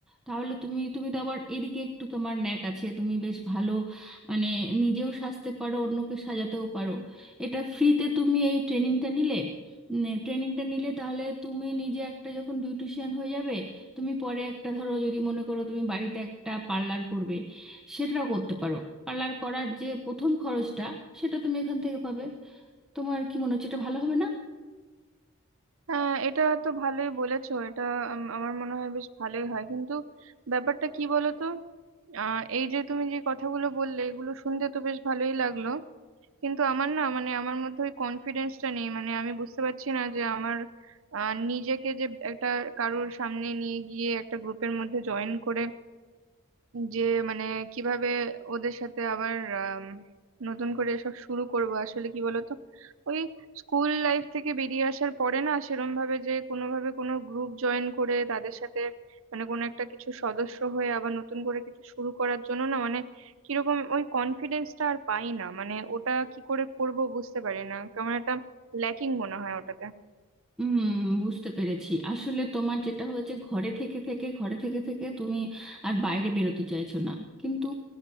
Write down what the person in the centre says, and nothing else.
তাহলে তুমি তুমি তো আবার এদিকে একটু তোমার ন্যাক আছে তুমি বেশ ভালো মানে নিজেও সাজতে পারো অন্যকে সাজাতেও পারো এটা ফ্রিতে তুমি এই ট্রেনিংটা নিলে ট্রেনিংটা নিলে তাহলে তুমি নিজে একটা যখন বিউটিশিয়ান হয়ে যাবে তুমি পরে একটা ধরো যদি মনে করো তুমি বাড়িতে একটা পার্লার করবে সেটাও করতে পারো পার্লার করার যে প্রথম খরচটা সেটা তুমি এখান থেকে পাবে তোমার কি মনে হচ্ছে এটা ভালো হবে না
হুম বুঝতে পেরেছি আসলে তোমার যেটা হয়েছে ঘরে থেকে থেকে ঘরে থেকে থেকে তুমি আর বাইরে বেরোতে চাইছো না কিন্তু